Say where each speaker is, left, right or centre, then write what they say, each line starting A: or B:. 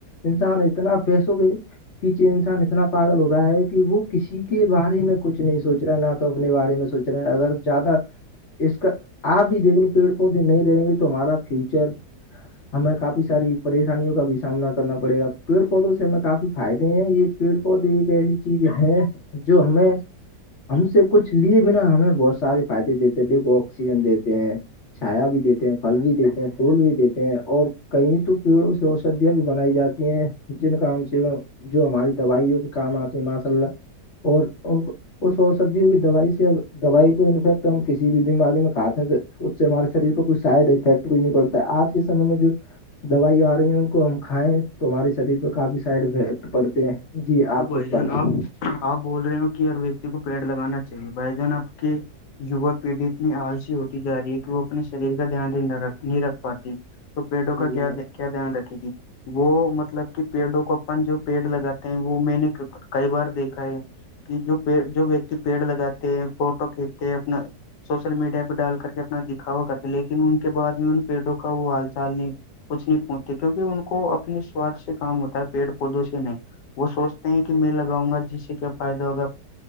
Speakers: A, on the left; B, on the left.
A: انسان اتنا پیسوں کے پیچھے انسان اتنا پاگل ہو رہا ہے کہ وہ کسی کے بارے میں کچھ نہیں سوچ رہا ہے نہ تو اپنے بارے میں سوچ رہے ہیں اگر زیادہ اس کا آپ بھی دیکھ لو پیڑ پودے نہیں رہیں گے تو ہمارا فیوچر ہمیں کافی ساری پریشانیوں کا بھی سامنا کرنا پڑے گا پیڑ پودوں سے ہمیں کافی فائدے ہیں یہ پیڑ پودے ایک ایسی چیز ہے جو ہمیں ہم سے کچھ لیے بنا ہمیں بہت سارے فائدے دیتے ہیں دیکھو آکسیجن دیتے ہیں چایا بھی دیتے ہیں پھل بھی دیتے ہیں پھول بھی دیتے ہیں اور کہیں تو پیڑوں سے جو اوشدھیاں بھی بنائی جاتی ہیں جن کام سے وہ جو ہماری دوائیوں کے کام آتے ہیں ماشاء اللہ اور ان کو وہ سوچ سبدی ہو کہ دوائی سے دوائی کو انفیکٹ ہم کسی بھی بیماری میں کھاتے ہیں تو اس سے ہمارے شریر پ کوئی سائڈ افیکٹ بھی نہیں پڑتا آج کےمے میں جو دوائیاں آ رہی ہیں ان کو ہم کھائیں تو ہمارے شریر پ کافی سائڈ افیکٹ پڑتے ہیں جی
B: تو
A: آپ
B: بھائی
A: کچھ
B: جان
A: فرمائیں
B: آپ آپ بول رہے ہو کہ ہر ویکتی کو پیڑ لگانا چاہیے بھائی جان آپ کے یوا پیڑھی اتنی آالسی ہوتی جا رہی ہے کہ وہ اپنے شریر کا دھیانکھ نہیں رکھ پاتی تو پیڑوں
A: جی
B: کا
A: جناب
B: کیا کیا دھیان رکھے گی وہ مطلب کہ پیڑوں کو اپن جو پیڑ لگاتا وہ میں نے کئی بار دیکھا ہے کہ جو پ جو ویکتی پیڑ لگاتے ہیں فوٹو کھینچتے ہیں اپنا سوشل میڈیا پہ ڈال کر کے اپنا دکھاوا کرتے لیکن ان کے بع بھی ان پیڑوں کا وہ حال چال نہیں کچھ نہیں پہچتے کیونکہ ان کو اپنے سوارھ سے کام ہوتا ہے پیڑ پودوں سے نہیں وہ سوچتے ہیں کہ میں لگاؤں گا جس سے کیا فائدہ ہوگا